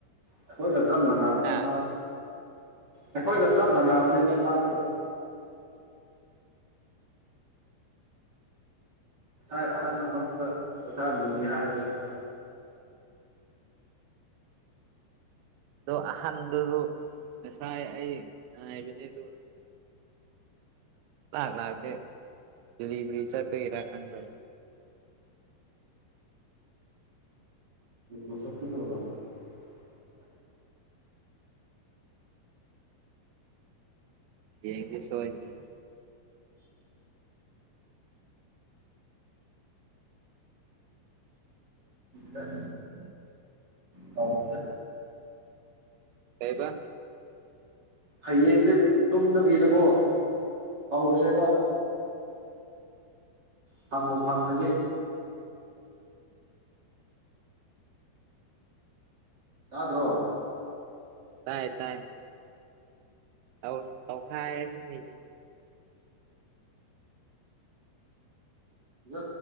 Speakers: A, on the right; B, on the right.
A: ꯑꯩꯈꯣꯏꯒ ꯆꯞ ꯃꯥꯟꯅꯕꯅꯤ
B: ꯑꯗꯣ
A: ꯃꯥ ꯑꯩꯈꯣꯏꯒ ꯆꯞ ꯃꯥꯟꯅꯕꯅꯦꯕ ꯃꯥꯁꯨ ꯉꯁꯥꯏ ꯑꯍꯟ ꯑꯃꯛꯇ ꯄꯩꯁꯥ ꯅꯤꯍꯥꯏꯕꯅꯤ ꯃꯥ
B: ꯑꯗꯣ ꯑꯍꯟꯗꯨꯁꯨ ꯉꯁꯥꯏ ꯑꯩ ꯉꯥꯏꯕꯅꯤ ꯑꯗꯨ ꯂꯥꯛ ꯂꯥꯛꯕꯔꯤ ꯆꯔ ꯐꯔꯗ
A: <unintelligible>
B: ꯌꯦꯡꯗꯤꯁꫭꯏꯗ꯭ꯔꯦ
A: ꯑ
B: ꯎꯝ
A: ꯇꯥꯎꯦ
B: ꯀꯥꯏꯕ
A: ꯍꯌꯦꯡꯗꯤ ꯇꯨꯝꯗꯕꯤꯗꯀꯣ ꯍꯧꯔꯁꯦꯕ ꯐꯪꯉꯣ ꯐꯪꯅꯒꯦ ꯇꯤꯗ꯭ꯔꯣ
B: ꯇꯥꯏ ꯇꯥꯏ ꯑꯧ ꯇꯧꯈꯥꯏꯔꯁꯤ
A: ꯌꯦ